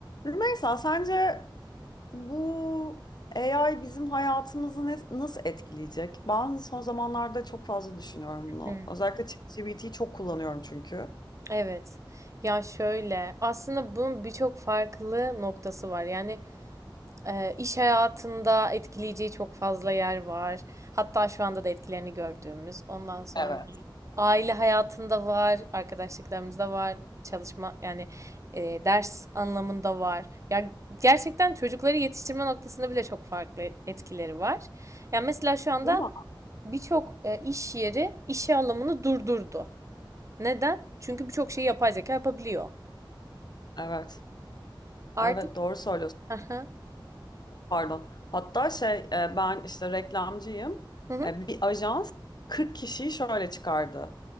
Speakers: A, on the left; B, on the right.
A: Rümeysa, sence bu AI bizim hayatımızı ne- nasıl etkileyecek? Ben son zamanlarda çok fazla düşünüyorum bunu.
B: Hı.
A: Özellikle ChatGPT'yi çok kullanıyorum çünkü.
B: Evet. Ya şöyle aslında bunun birçok farklı noktası var. Yani Eee, iş hayatında etkileyeceği çok fazla yer var. Hatta şu anda da etkilerini gördüğümüz. Ondan sonra
A: Evet.
B: aile hayatında var, arkadaşlıklarımızda var, çalışma yani eee, ders anlamında var. Ya gerçekten çocukları yetiştirme noktasında bile çok farklı etkileri var. Yani mesela şu anda
A: Değil mi?
B: birçok e, iş yeri işe alımını durdurdu. Neden? Çünkü birçok şeyi yapay zeka yapabiliyor.
A: Evet,
B: Artık
A: evet doğru söylüyorsun.
B: Aha.
A: Pardon. Hatta şey e, ben işte reklamcıyım.
B: Hı hı.
A: E, Bir ajans 40 kişiyi şöyle çıkardı.